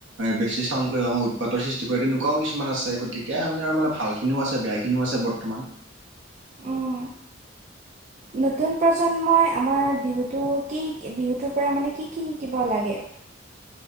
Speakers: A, on the right; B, on the right.
A: বেছি চাউন আমাৰ উৎপাতৰ সৃষ্টি কৰে তেনেকুৱাও কিছুমান আছে গতিকে - এতিয়া আমাৰ মানে ভাল খিনিও আছে, বেয়াখিনিও আছে বৰ্তমান।
B: উম নতুন প্ৰজন্মই আমাৰ বিহুটো কি শ বিহুটোৰ পৰা মানে কি কি শিকিব লাগে।